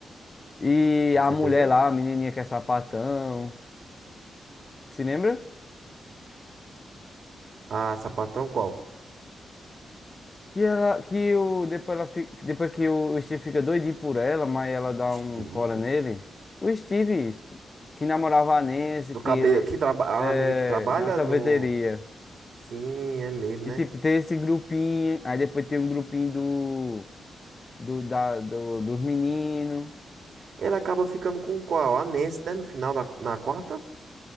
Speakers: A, on the left; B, on the right.
A: E
B: com
A: a
B: certeza.
A: mulher lá, a menininha que é sapatão, se lembra?
B: Ah, sapatão qual?
A: Que ela, que o, depois, ela, fi- depois que o Steve fica doidinho por ela, mas ela dá um
B: Steves.
A: fora nele. O Steve, que namorava a Nancy,
B: Do
A: que
B: cabelo
A: ele,
B: que trabalha.
A: é,
B: A nega que trabalha
A: na sorveteria.
B: no. Sim, é mesmo,
A: E
B: né?
A: tipo, tem esse grupinho, aí depois tem um grupinho do, do, da, do, dos meninos.
B: Ele acaba ficando com qual? A Nancy, né? No final da qu- na quarta?